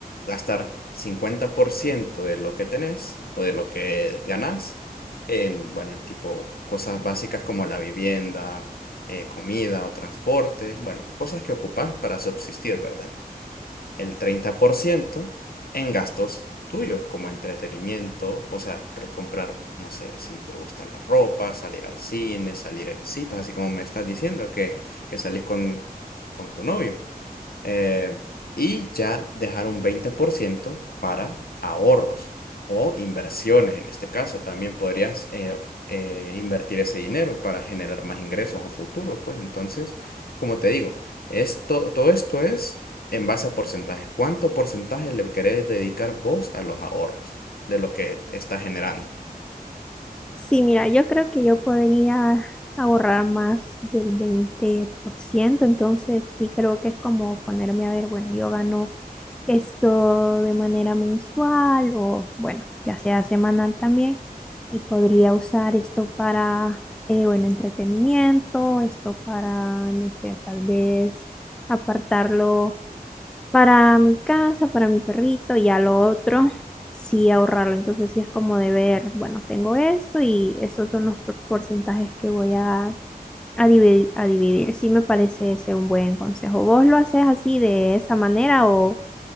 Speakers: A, on the left (about 70°); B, in the centre.
A: gastar 50% de lo que tenés o de lo que ganás en, bueno, en tipo cosas básicas como la vivienda, eh, comida o transporte, bueno, cosas que ocupás para subsistir, ¿verdad? El 30% en gastos tuyos como entretenimiento, o sea, re- comprar, no sé, si te gusta la ropa, salir al cine, salir en citas, así como me estás diciendo que, que salís con, con tu novio eh, y ya dejar un 20% para ahorros o inversiones en este caso. También podrías eh, eh, invertir ese dinero para generar más ingresos a futuro. Pues entonces, como te digo, esto, todo esto es en base a porcentajes. ¿Cuánto porcentaje le querés dedicar vos a los ahorros de lo que estás generando?
B: Sí, mira, yo creo que yo podría ahorrar más del veinte por ciento entonces sí creo que es como ponerme a ver, bueno, yo gano esto de manera mensual o bueno, ya sea semanal también. Y podría usar esto para, eh, bueno, entretenimiento, esto para, no sé, tal vez apartarlo para mi casa, para mi perrito y a lo otro, sí ahorrarlo. Entonces sí es como de ver, bueno, tengo esto y estos son los por- porcentajes que voy a, a dividir, a dividir. Sí me parece ese un buen consejo. ¿Vos lo haces así de esa manera o